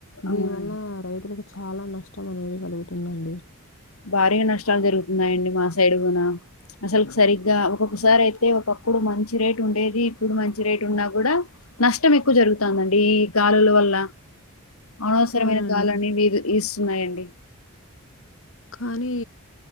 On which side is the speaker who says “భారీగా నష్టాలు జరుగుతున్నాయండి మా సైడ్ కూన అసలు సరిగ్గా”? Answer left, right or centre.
Left